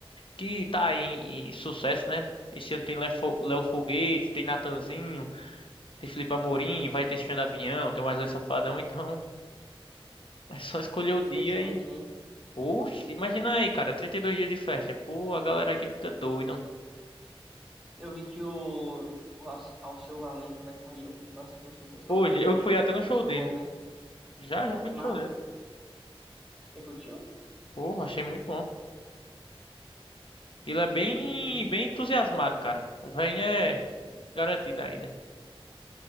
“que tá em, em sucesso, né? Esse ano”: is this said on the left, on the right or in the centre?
Left